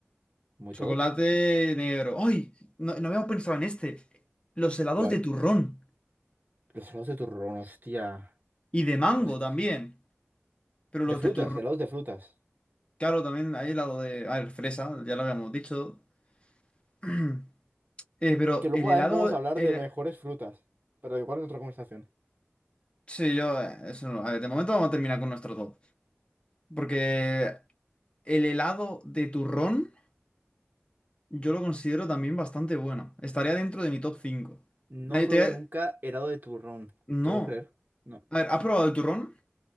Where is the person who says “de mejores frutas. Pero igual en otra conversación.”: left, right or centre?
Right